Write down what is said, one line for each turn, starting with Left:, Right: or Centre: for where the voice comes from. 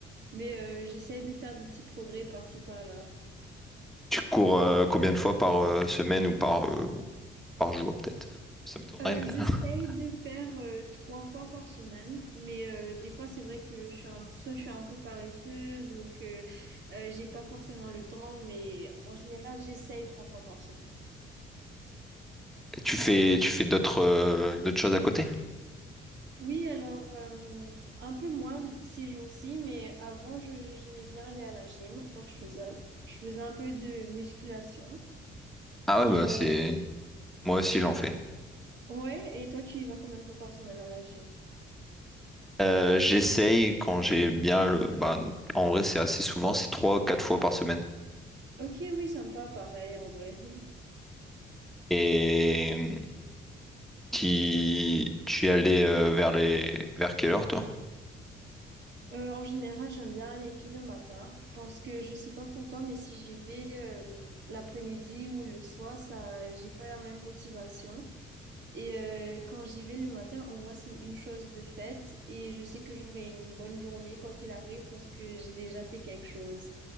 Right: Mais euh, j'essaie de faire des petits progrès par-ci, par-là.
Centre: Tu cours euh, combien de fois par euh, semaine ou par... euh, par jour peut-être. Ça m'étonnerait,
Right: Euh,
Centre: mais.
Right: j'essaie
Centre: <laughs>
Right: de faire euh, trois fois par semaine, mais euh, des fois c'est vrai que je suis un, soit je suis un peu paresseuse ou que euh, j'ai pas forcément le temps, mais en général j'essaye trois fois par semaine.
Centre: Et tu fais, tu fais d'autres euh, d'autres choses à côté?
Right: Oui, alors euh, un peu moins ces jours-ci, mais avant, je- j'aimais bien aller à la gym, donc je faisais, je faisais un peu de musculation.
Centre: Ah
Right: Et
Centre: ouais, bah
Right: euh,
Centre: c'est. Moi aussi j'en fais.
Right: ouais, et toi, tu y vas combien de fois par semaine à la gym?
Centre: Euh, j'essaye quand j'ai bien le. Bah, en vrai, c'est assez souvent, c'est trois, quatre fois par semaine.
Right: Ok, oui, sympa, pareil en vrai. <laughs>
Centre: Et qui tu es allé euh, vers les vers quelle heure toi?
Right: Euh, en général, j'aime bien aller tous les matins parce que je sais pas pour toi, mais si j'y vais euh, l'après-midi ou le soir, ça, j'ai pas la même motivation. Et euh, quand j'y vais le matin, au moins c'est une chose de faite et je sais que j'aurai une bonne journée quoi qu'il arrive parce que j'ai déjà fait quelque chose.